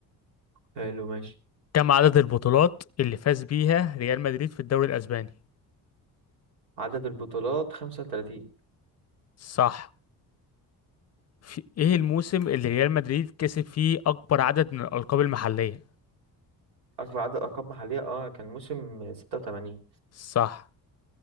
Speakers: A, on the right; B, on the left.
A: حلو ماشي
B: كم عدد البطولات اللي فاز بيها ريال مدريد في الدوري الاسباني
A: عدد البطولات 35
B: صح في ايه الموسم اللي ريال مدريد كسب فيه اكبر عدد من الالقاب المحلية
A: أكبر عدد ألقاب محلية اه كان موسم 86
B: صح